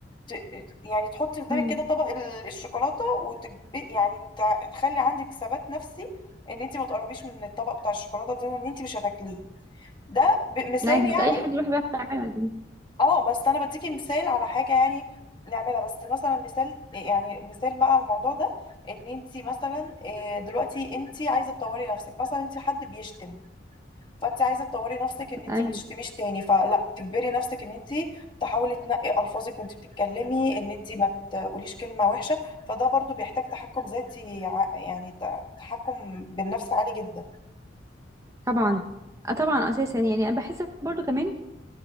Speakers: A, on the left; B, on the right.
A: ت... يعني تحطي قدامك
B: امم
A: كده طبق ال- الشوكولاته وتجب... يعني تع- تخلي عندك ثبات نفسي ان انت ما تقربيش من الطبق بتاع الشوكولاته ده وان انت مش هتاكليه ده ب- مثال
B: يعني مش
A: يعني
B: اي حد يروح بقى يعملها دي
A: اه بس انا بديكي مثال على حاجه يعني نعملها بس مثلا مثال يعني مثال بقى على الموضوع ده ان انت مثلا آه، دلوقتي انت عايزه تطوري نفسك مثلا انت حد بيشتم فانت عايزه تطوري نفسك ان انت
B: ايوه
A: ما تشتميش تاني فلا تجبري نفسك ان انت تحاولي تنقي الفاظك وانت بتتكلمي ان انت ما تقوليش كلمه وحشه فده برضو بيحتاج تحكم ذاتي ع- يعني ت- تحكم بالنفس عالي جدا
B: طبعا آه طبعا اساسا يعني انا بحس برضو كمان